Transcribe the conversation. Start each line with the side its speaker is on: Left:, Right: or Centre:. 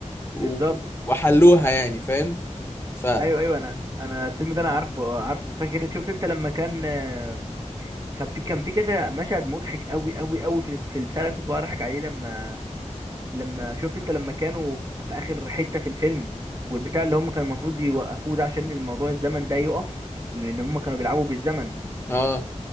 Right: بالظبط
Left: و... وحلوها يعني فاهم ف
Right: ايوه ايوه انا انا الفيلم ده انا عارفه آه، عارفه فاكر شفت انت لما كان آه، كان في كان في كذا مشهد مضحك قوي قوي قوي في في البتاع اللي كنت بقى عليه لما لما شفت انت لما كانوا في اخر حتة في الفيلم والبتاع اللي هم كان المفروض يوقفوه ده عشان الموضوع الزمن ده يقف لان هم كانوا بيلعبوا بالزمن
Left: اه